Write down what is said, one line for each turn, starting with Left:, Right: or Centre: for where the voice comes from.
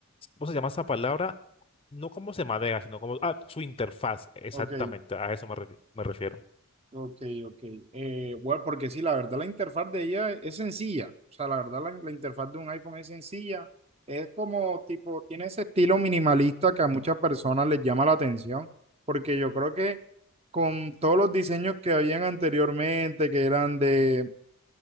Left: ¿Cómo se llama esa palabra? No como se maneja, sino como ah, su interfaz, exactamente,
Right: Ok.
Left: a eso me, refi- me refiero.
Right: Ok, ok. Eh, bueno, porque sí, la verdad la interfaz de ella es sencilla. O sea, la verdad la, la interfaz de un iPhone es sencilla. Es como tipo, tiene ese estilo minimalista que a muchas personas les llama la atención, porque yo creo que con todos los diseños que habían anteriormente, que eran de